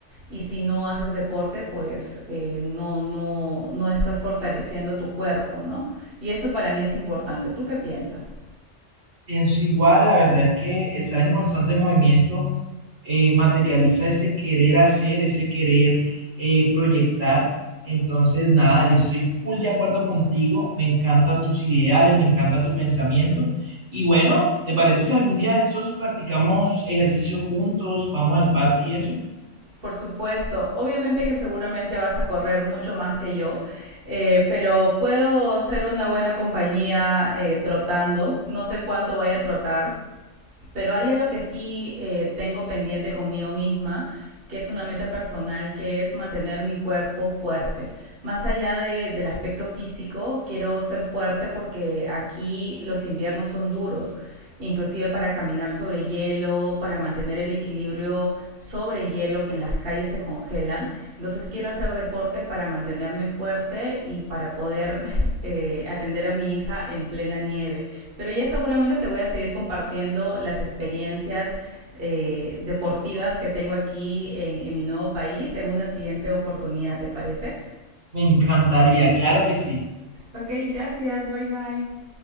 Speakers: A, on the right (about 50°); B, on the right (about 70°).
A: Y si no haces deporte, pues eh, no, no, no estás fortaleciendo tu cuerpo, ¿no? Y eso para mí es importante. ¿Tú qué piensas?
B: Pienso igual, la verdad es que estar en constante movimiento eh, materializa ese querer hacer, ese querer eh, proyectar. Entonces, nada, yo estoy full de acuerdo contigo, me encantan tus ideales, me encanta tu pensamiento. Y bueno, ¿te parece si algún día de estos practicamos ejercicio juntos, vamos al parque y eso?
A: Por supuesto, obviamente que seguramente vas a correr mucho más que yo, eh, pero puedo ser una buena compañía eh, trotando, no sé cuánto vaya a trotar, pero hay algo que sí eh, tengo pendiente conmigo misma, que es una meta personal, que es mantener mi cuerpo fuerte. Más allá de- del aspecto físico, quiero ser fuerte porque aquí los inviernos son duros, inclusive para caminar sobre hielo, para mantener el equilibrio sobre hielo que en las calles se congelan. Entonces quiero hacer deporte para mantenerme fuerte y para poder <laughs> eh, atender a mi hija en plena nieve. Pero ya seguramente te voy a seguir compartiendo las experiencias eh, deportivas que tengo aquí en, en mi nuevo país en una siguiente oportunidad, ¿te parece?
B: Me encantaría, claro que sí.
A: Ok, gracias, bye bye.